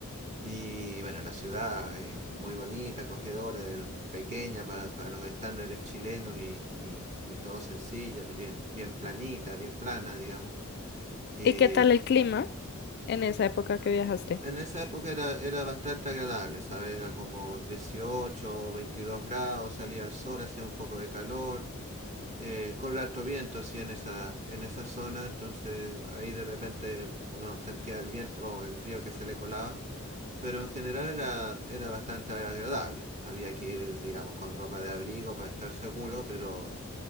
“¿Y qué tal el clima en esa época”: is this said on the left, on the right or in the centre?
Left